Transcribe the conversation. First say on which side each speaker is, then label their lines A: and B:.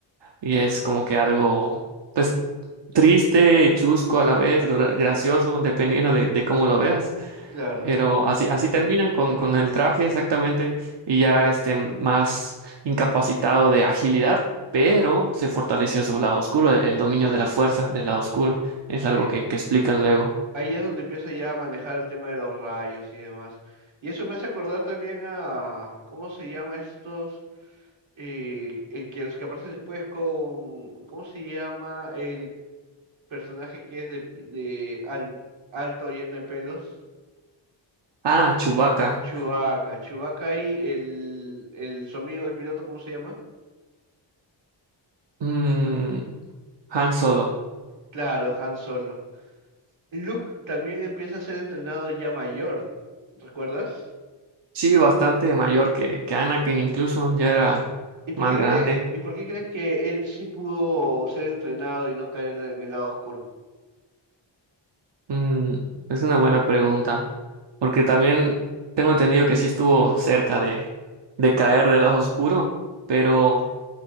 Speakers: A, on the right; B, on the right.
A: y es como que algo pues triste, chusco a la vez, gra- gracioso, dependiendo de de cómo lo veas.
B: Claro.
A: Pero así, así terminan con, con
B: Y-
A: el traje exactamente y ya este más incapacitado de agilidad, pero se fortaleció su lado oscuro, el, el dominio de la fuerza del lado oscuro. Es
B: Sí,
A: algo que, que explican luego.
B: ahí es donde empieza ya a manejar el tema de los rayos y demás. Y eso me hace acordar también a, ¿cómo se llama estos? eh, el que los que aparece después con, ¿cómo se llama? El personaje que es de, de al- alto lleno de pelos.
A: Ah, Chewbacca.
B: Chewbacca, Chewbacca y el, el su amigo, el piloto, ¿cómo se llama?
A: Mm, Han Solo.
B: Claro, Han Solo. Luke también empieza a ser entrenado ya mayor, ¿recuerdas?
A: Sí, bastante mayor que, que Anakin, incluso ya era
B: ¿Y por
A: más
B: qué
A: grande.
B: cree, y por qué crees que él sí pudo ser entrenado y no caer en el lado oscuro?
A: Mm, es una buena pregunta, porque también tengo entendido que sí estuvo cerca de, de caer del lado oscuro, pero...